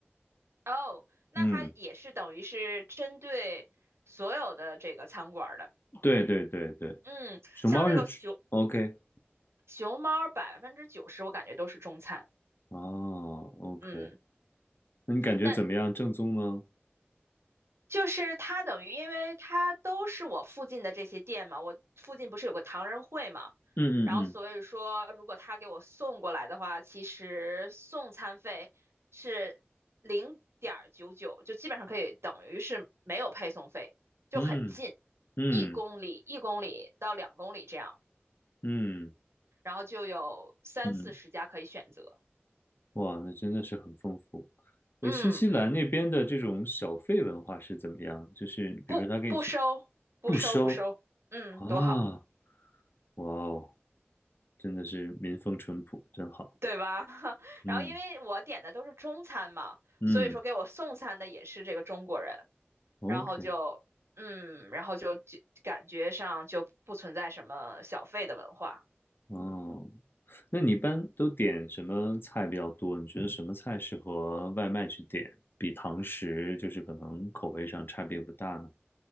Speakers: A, on the right; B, on the left.
A: 哦，那它也是等于是针对所有的这个餐馆儿的。
B: 嗯，对对对对，
A: 嗯，
B: 熊猫是吃
A: 像这个熊
B: OK
A: 熊猫百分之九十，我感觉都是中餐。
B: 哦 OK，
A: 嗯，
B: 那你感觉怎么样？
A: 那。
B: 正宗吗？
A: 就是他等于，因为他都是我附近的这些店嘛，我附近不是有个唐人会嘛，
B: 嗯嗯
A: 然后所以说，如果他给我送过来的话，其实送餐费是零点九九，就基本上可以等于是没有配送费，就很近，
B: 嗯嗯
A: 一公里一公里到两公里这样，
B: 嗯嗯
A: 然后就有三四十家可以选择，
B: 嗯嗯。嗯哇，那真的是很丰富。
A: 嗯，
B: 诶，新西兰那边的这种小费文化是怎么样？就是比如说他给你送，
A: 不不收不收不收，
B: 不收
A: 嗯，
B: 啊，
A: 多好。
B: 哇哦，真的是民风淳朴，真好。
A: 对吧？<laughs>
B: 嗯
A: 然后因为我点的都是中餐嘛，
B: 嗯
A: 所以说给我送餐的也是这个中国人，
B: ，OK，
A: 然后就嗯，然后就就感觉上就不存在什么小费的文化。
B: 哦，那你一般都点什么菜比较多？你觉得什么菜适合外卖去点，比堂食就是可能口味上差别不大呢？